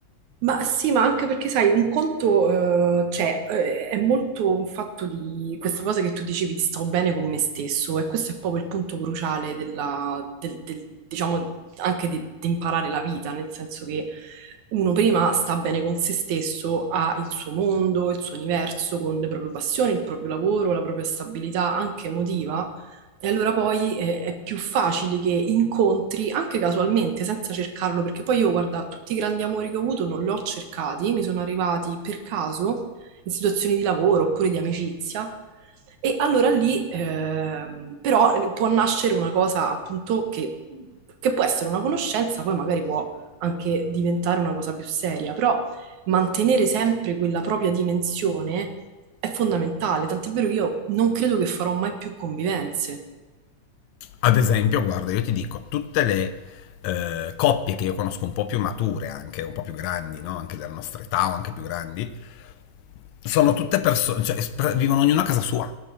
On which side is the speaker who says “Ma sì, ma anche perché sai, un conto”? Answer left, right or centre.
Right